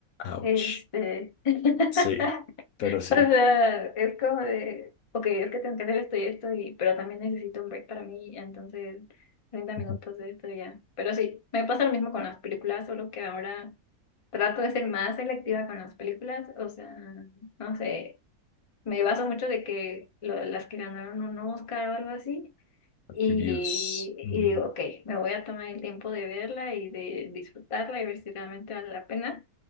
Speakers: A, on the left; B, on the left.
A: Ouch.
B: Este, <laughs> o
A: Sí, pero sí.
B: sea, es como de, ok, es que tengo que hacer esto y esto, y, pero también necesito un break para mí, entonces treinta minutos
A: Ujú.
B: de esto y ya. Pero sí, me pasa lo mismo con las películas, solo que ahora trato de ser más selectiva con las películas, o sea, no sé. Me baso mucho de que lo- las que ganaron un Oscar o algo así. Y,
A: Reviews. Mm,
B: y digo, ok, me voy a tomar el tiempo de verla y de disfrutarla y ver si realmente vale la pena.